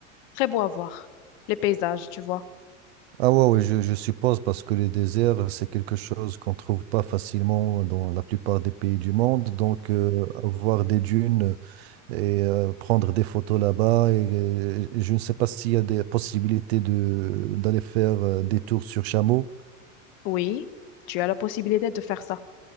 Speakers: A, on the left; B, on the right.
A: très beau à voir, les paysages, tu vois.
B: Ah ouais, ouais, je, je suppose parce que les déserts, c'est quelque chose qu'on trouve pas facilement dans la plupart des pays du monde. Donc, euh, voir des dunes et euh, prendre des photos là-bas, et, et je ne sais pas s'il y a des possibilités de, d'aller faire euh, des tours sur chameau.
A: Oui, tu as la possibilité de faire ça.